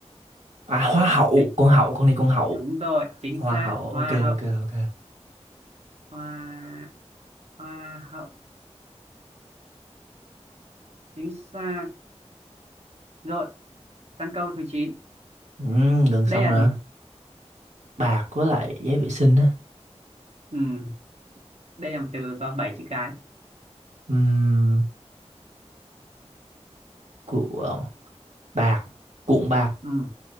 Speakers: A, on the right; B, on the right.
A: À hoa hậu,
B: Đấy,
A: con hậu, con đi con hậu.
B: đúng rồi chính
A: Hoa
B: xác
A: hậu, ok
B: hoa hậu
A: ok ok.
B: hoa hoa hậu chính xác rồi sang câu thứ chín
A: Ừm, gần xong
B: đây là
A: rồi.
B: gì
A: Bạc với lại giấy vệ sinh á.
B: ừ, đây là một từ có 7 chữ cái
A: Ừm, của bạc, cuộn bạc.
B: ừ,